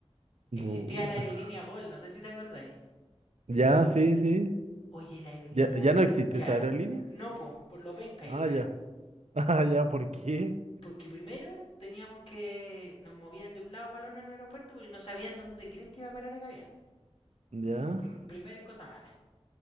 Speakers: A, on the right; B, on the left.
A: <laughs>
B: Existía la aerolínea
A: Puta.
B: Gol, no sé si te acordáis.
A: Ya, sí, sí.
B: Oye, la aerolínea
A: Ya, ya
B: penca.
A: no existe esa aerolínea.
B: n- No, po, por lo penca yo
A: Ah,
B: creo.
A: ya. <laughs> Ah, ya, ¿por qué?
B: Porque primero teníamos que nos movían de un lado para el otro en el aeropuerto porque no sabían dónde Cresta iba a parar el avión.
A: Ya.
B: Mm, Primera cosa mala.